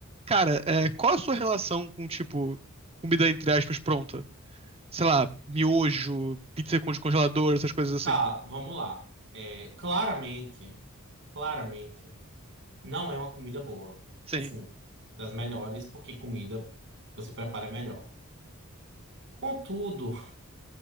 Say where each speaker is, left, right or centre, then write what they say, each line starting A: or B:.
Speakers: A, on the right; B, on the right.
A: Cara, é, qual a sua relação com, tipo, comida entre aspas pronta? Sei lá, miojo, pizza com descongelador, essas coisas assim.
B: Tá, vamos lá. É, claramente, claramente, não é uma comida boa.
A: Sim.
B: Assim, das melhores, porque comida você prepara é melhor. Contudo,